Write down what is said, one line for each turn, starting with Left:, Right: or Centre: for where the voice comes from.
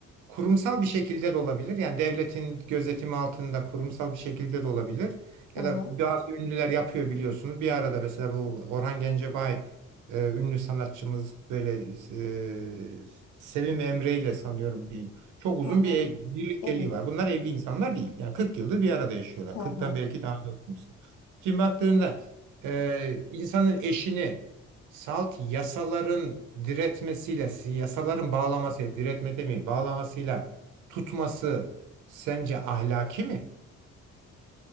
Right: kurumsal bir şekilde de olabilir. Yani devletin gözetimi altında kurumsal bir şekilde de olabilir.
Left: Hı
Right: Ya
Left: hı.
Right: da bazı ünlüler yapıyor biliyorsunuz. Bir arada mesela bu Orhan Gencebay e, ünlü sanatçımız böyle e, Sevim Emre ile sanıyorum diyeyim. Çok
Left: Hı
Right: uzun
Left: hı.
Right: bir ev- birlikteliği
Left: Evet.
Right: var. Bunlar evli insanlar değil. Yani 40 yıldır bir arada yaşıyorlar.
Left: Hı
Right: 40'tan
Left: hı.
Right: belki daha da uzun. Şimdi baktığında e, insanın eşini Salt yasaların diretmesiyle, si- yasaların bağlamasıyla, diretme demeyeyim, bağlamasıyla tutması sence ahlaki mi?